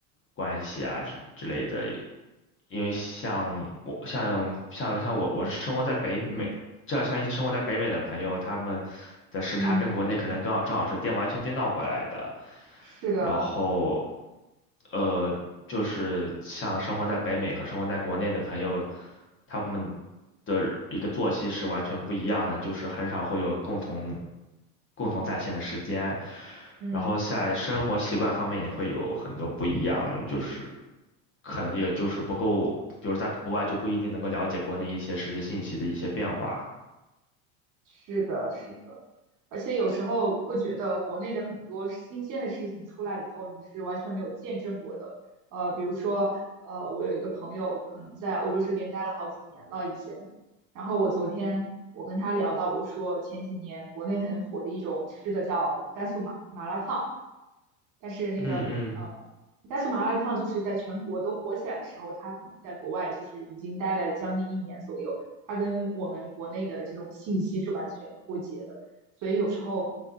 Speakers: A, on the left (about 30°); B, on the right (about 50°).
A: 关系啊之之类的。因为像我像像像我我是生活在北美，
B: 嗯
A: 这样像一些生活在北美的朋友，他们的时差跟国内可能刚好正好是颠完全颠倒过来的，
B: 嗯，是的，
A: 然后呃，就是像生活在北美和生活在国内的朋友，他们的一个作息是完全不一样的，就是很少会有共同共同在线的时间，
B: 嗯。
A: 然后在生活习惯方面也会有很多不一样，就是可能也就是不够，比如在国外就不一定能够了解国内一些实时信息的一些变化。
B: 是的，是的，而且有时候会觉得国内的很多新鲜的事情出来以后，你是完全没有见证过的。呃，比如说，呃，我有一个朋友可能在欧洲这边待了好几年了已经，然后我昨天我跟他聊到，我说前几年国内很火的一种吃的叫甘肃麻麻辣烫。但是那个呃，
A: 嗯嗯。
B: 甘肃麻辣烫就是在全国都火起来的时候，它可能在国外就是已经待了将近一年左右，它跟我们国内的这种信息是完全脱节的，所以有时候